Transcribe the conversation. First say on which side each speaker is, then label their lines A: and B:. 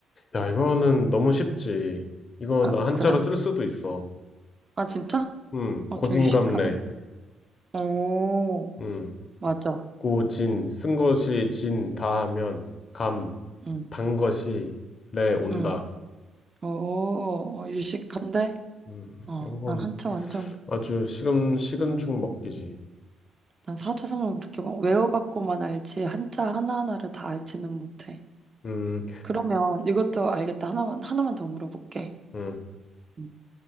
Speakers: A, on the left (about 45°); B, on the right (about 30°).
A: 야, 이거는 너무 쉽지. 이건
B: 아,
A: 나 한자로
B: 그래?
A: 쓸 수도 있어.
B: 아, 진짜?
A: 응,
B: 어,
A: 고진감래.
B: 좀 유식하네. 오,
A: 응,
B: 맞아.
A: 고진, 쓴 것이 진, 다 하면, 감,
B: 응.
A: 단 것이 래, 온다.
B: 응. 오, 어, 유식한데?
A: 음,
B: 어,
A: 이런 건
B: 난 한자 완전,
A: 아주 식은, 식은 죽 먹기지.
B: 난 사자성어 그렇게 막 외워갖고만 알지, 한자 하나하나를 다 알지는 못해.
A: 음,
B: 그러면 이것도 알겠다. 하나만, 하나만 더 물어볼게.
A: 음,
B: 음.